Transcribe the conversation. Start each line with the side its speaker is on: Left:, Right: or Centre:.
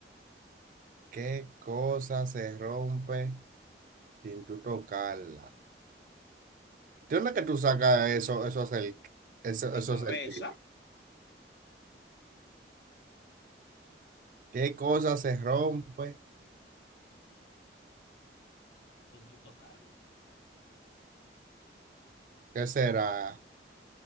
Right: ¿Qué cosa se rompe sin tú tocarla? ¿De dónde que tú sacas eso, eso es el, eso,
Left: Mi
Right: eso
Left: cabeza.
Right: es el tipo? ¿Qué cosa se rompe?
Left: Sin tú tocarla.
Right: ¿Qué será?